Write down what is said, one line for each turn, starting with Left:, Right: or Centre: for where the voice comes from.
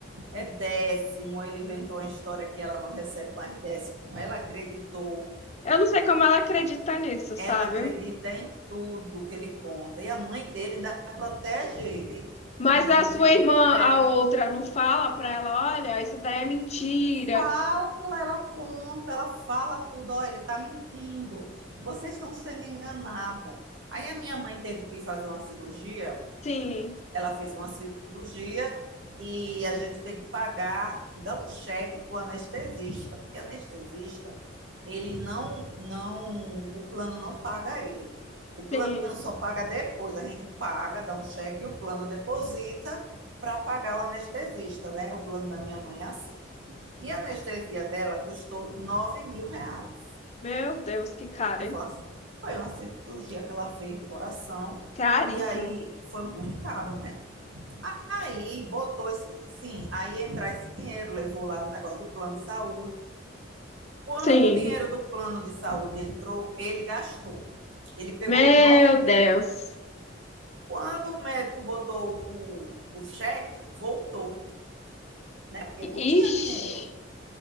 Right: É décimo. Ele inventou uma história que ela não recebe mais décimo. Ela acreditou.
Left: Eu não sei como ela acredita nisso, sabe?
Right: Ela acredita em tudo que ele conta. E a mãe dele ainda protege ele,
Left: Mas
Right: dizendo
Left: a sua
Right: que ele não
Left: irmã,
Right: pega.
Left: a outra, não fala pra ela, olha, isso daí é mentira.
Right: Fala, ela conta, ela fala tudo. Ó, ele tá mentindo. Vocês estão sendo enganada. Aí a minha mãe teve que fazer uma cirurgia
Left: Sim,
Right: ela fez uma cirurgia e a gente tem que pagar, dar um cheque para o anestesista, porque anestesista, ele não, não, o plano não paga ele. O plano
Left: sim.
Right: só paga depois, a gente paga, dá um cheque e o plano deposita para pagar o anestesista, né? O plano da minha mãe é assim. E a anestesia dela custou 9 mil reais.
Left: Meu Deus, que cara,
Right: Eu
Left: hein?
Right: falo assim, foi uma cirurgia que ela fez do coração,
Left: Caríssimo.
Right: e aí foi muito caro, né? Aí botou esse, sim, aí entrar esse dinheiro, levou lá no negócio do plano de saúde. Quando
Left: Sim.
Right: o dinheiro do plano de saúde entrou, ele gastou. Ele pegou
Left: Meu
Right: os 9 mil.
Left: Deus.
Right: Quando o médico botou o, o cheque, voltou, né? Porque
Left: Ixi.
Right: não tinha dinheiro.